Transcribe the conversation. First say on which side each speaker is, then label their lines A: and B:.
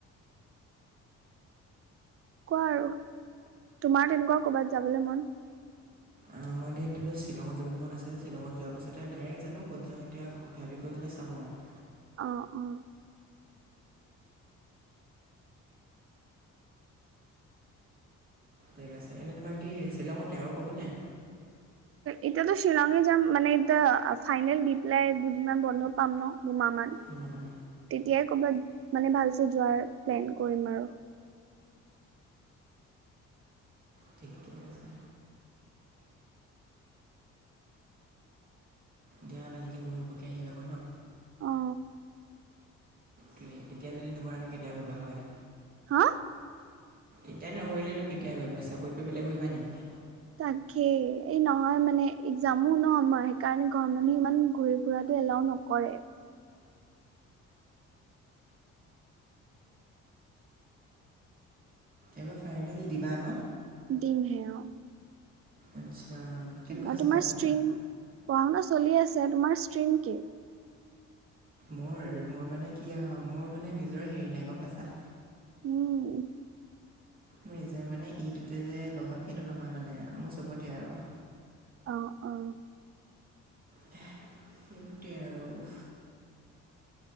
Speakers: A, on the right; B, on the right.
A: কোৱা আৰু তোমাৰ তেনেকুৱা কৰ'বাত যাবলৈ মন
B: অ মই এতিয়াতিয় শ্বিলঙত যাবলৈ মন আছে শ্বিলঙত যোৱাৰ পাছতে ডাইৰেক্ট জানো ক'ত যওঁ এতিয়া ভাবি কয় পেলাই <unintelligible>
A: অ অ
B: ঠিক আছে এনেই তোমাৰ কি শ্বিলঙতে আৰু ক'তো নাই?
A: এতিয়াাতো শ্বিলঙে যাম মানে এতিয়া ফাইনেল দি পেলাই দুদিনমান বন্ধ পাম ন দুমাহমান
B: অঁ অঁ
A: তেতিয়াই ক'বাত মানে ভালছে যোৱাৰ প্লেন কৰিম আৰু
B: ঠিকে আছে দিয়া ভালকৈ ঘূৰি পকি আহি পাব ন।
A: অ
B: ত এতিয়া যদি নুঘূৰানো কেতিয়া ঘূৰিবা হয়
A: হা
B: এতিয়া নুঘুৰিলেনো কেতিয়া ঘূৰিবা চাকৰি কৰি পেলাই ঘূৰিবা নেকি?
A: তাকেই এই নহয় মানে একজামো নহয় সেইকাৰণে ঘৰৰ মানুহে ইমান ঘূৰি ফুৰাত এলাও নকৰে
B: এইবাৰ ফাইনেল দিবা ন?
A: দিমহে অ।
B: আচ্ছা কেনেকুৱা
A: আৰু
B: হৈছে
A: তোমাৰ
B: পঢ়া শুনা?
A: ষ্ট্ৰীম পঢ়া শুনা চলি আছে তোমাৰ ষ্ট্ৰীম কি?
B: মোৰ মোৰ মানে কি মোৰ মানে নিজৰ হেৰি নাই গম পাইছা।
A: উম
B: মোৰ নিজৰ মানে ইটোতে যে লগাম সেইটো নহয় মানে, মোৰ চবতে আৰু।
A: অ- অ
B: সেইটোৱেই আৰু